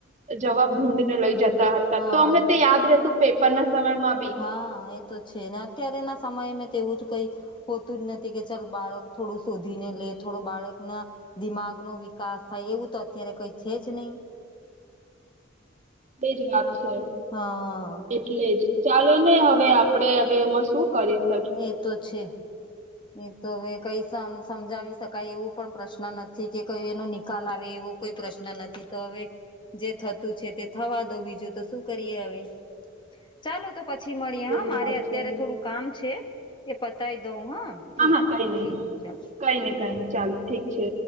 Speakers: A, on the right; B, on the left.
A: જવાબ ધુળીને લઈ જતા હતા. તો
B: હા
A: અમને તે યાદ રહેતું પેપર ના સમયમાં બી.
B: હા એ તો છે ને અત્યારે ના સમય મેં તેવું જ કઈ. હોતું જ નથી કે ચાલ બાળક થોડું શોધીને લે થોડું બાળકના. દિમાગ નો વિકાસ થાય એવું તો અત્યારે કઈ છે જ નહી.
A: તે જ વાત છે.
B: હા.
A: એટલે જ ચાલો ને હવે આપડે હવે એમાં શું કરીશ.
B: એ તો છે એ તો હવે કઈ સમજાવી શકાય એવું. પણ પ્રશ્ન નથી કે કોઈ એનો નિકાલ આવે એવો કોઈ પ્રશ્ન નથી તો હવે. જે થતું છે તે થવા દો બીજું તો શું કરીએ હવે ચાલો તો. પછી મળીએ હા
A: એ જ
B: મારે
A: વાત
B: અત્યારે
A: છે
B: થોડું કામ છે એ પતાય દઉં હા. ઠીક
A: હા હા કઈ નઈિ
B: ઠીક ચાલો
A: કઈ નઈ કઈ નઈ ચાલો ઠીક છે.